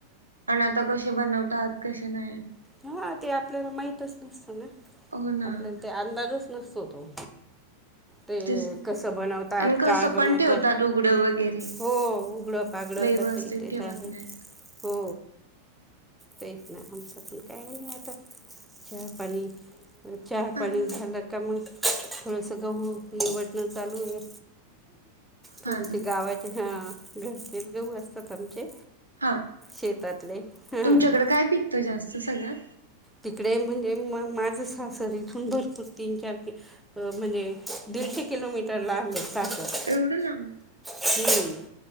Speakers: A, on the right; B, in the centre.
A: आणि आता कशे बनवतात कशे नाही.
B: हा ते आपल्याला माहितच नसत ना,
A: हो ना
B: आपल्याला ते अंदाजच नसतो तो. ते
A: तेच ना.
B: कसं बनवतात
A: आणि कसं
B: काय बनवत,
A: पण ठेवतात उघडं वगैरे
B: हो उघड बागडं
A: व्यवस्थित
B: कसं इथेच
A: ठेवत
B: आहे,
A: नाहीत
B: हो, तेच ना आमच्यात न का नाही आता, चहा पाणी, चहा
A: हा
B: पाणी
A: ना
B: झाल. का मग थोडंसं गहू निवडणं चालू आहे. थोडेसे
A: हा ना
B: गावाचे हा घरचे गहु असतात आमचे.
A: हा,
B: शेतातले हां
A: तुमच्याकडें काय पिकतं जास्त सगळ्यात?
B: तिकडे म्हणजे म माझं सासरी इथून भरपूर तीन चार के अस म्हणजे दीडशे किलोमीटर लांब आहे सासर
A: एवढं लांब?
B: हम्म.